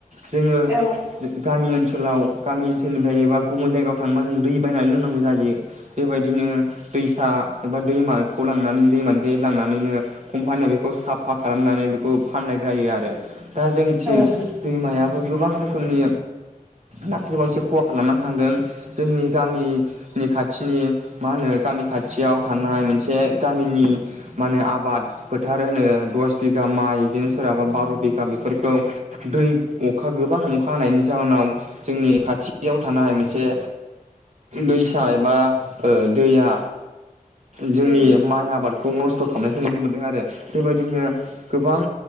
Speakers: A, on the right; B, on the right.
A: जोङो
B: औ
A: गामि ओनसोलाव गामि ओनसोलनिफ्राय बा गुबुन जायगायाव थांबा जों दै बायनानै लोंनांगौ जायो। बेबायदिनो दैसा एबा दैमाखौ लांनानै दैमानिफ्राय लांनानैनो कम्पानियाव बेखौ साफा खालामनानै बेखौ फाननाय जायो आरो। दा जोंनिथिं
B: औ उम
A: दैमायाबो गोबां रोखोमनि दाख्लै बावैसो खहा खालामनानै थांदों। जोंनि गामि नि खाथिनि मा होनो गामि खाथियाव थानाय मोनसे गामिनि मानो आबाद फोथार होनो दस बिगा माइ बिदिनो सोरहाबा बार' बिगा बेफोरखौ दै अखा गोबां अखा हानायनि जाहोनाव जोंनि खाथियाव थानाय मोनसे दैसा एबा ओ दैया जोंनि
B: उम
A: माइ आबादखौ नस्थ' खालामनायखौ नुनो मोनदों आरो। बेबादिनो गोबां